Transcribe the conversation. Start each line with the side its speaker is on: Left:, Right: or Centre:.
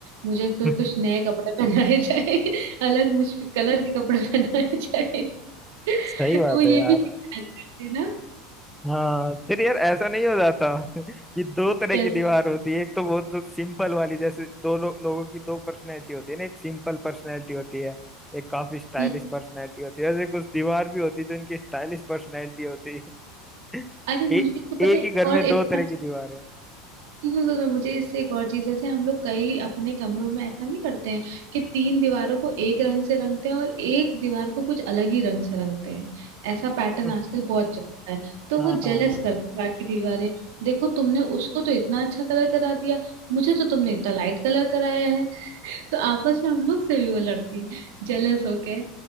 Right: मुझे तो
Centre: <laughs>
Right: कुछ नए कपड़े पहनाए जाए <laughs> अलग मुझ पे कलर के कपड़े पहनाए जाए <laughs>
Centre: सही बात
Right: वो ये
Centre: है यार
Right: भी शिकायत करती ना
Centre: हाँ फिर यार ऐसा नहीं हो जाता <laughs> कि दो तरह
Right: कैसा
Centre: की दीवार होती है एक तो बहुत जो सिंपल वाली जैसे दो लो, लोगों की दो पर्सनैलिटी होती है ना एक सिंपल पर्सनैलिटी होती है एक काफी स्टाइलिश
Right: हम्म
Centre: पर्सनैलिटी होती है वैसे कुछ दीवार भी होती है जो इनकी स्टाइलिश पर्सनैलिटी होती है <laughs>
Right: अरे मुझे
Centre: ए,
Right: इससे पता
Centre: एक
Right: है
Centre: ही घर
Right: और
Centre: में
Right: एक
Centre: दो तरह
Right: और
Centre: की दीवार है
Right: सुनो सुनो मुझे इससे एक और चीज जैसे हम लोग कई अपने कमरों में ऐसा नहीं करते हैं कि तीन दीवारों को एक रंग से रंगते हैं और एक दीवार को कुछ अलग ही रंग से रंगते हैं ऐसा पैटर्न
Centre: <laughs>
Right: आजकल बहुत चलता है तो
Centre: हाँ
Right: वो
Centre: हाँ
Right: जेलस करती है बाकी दीवारें देखो तुमने उसको तो इतना अच्छा कलर करा दिया मुझे तो तुमने इतना लाइट कलर कराया है <laughs> तो आपस में हम लोग से भी वो लड़ती जेलस होके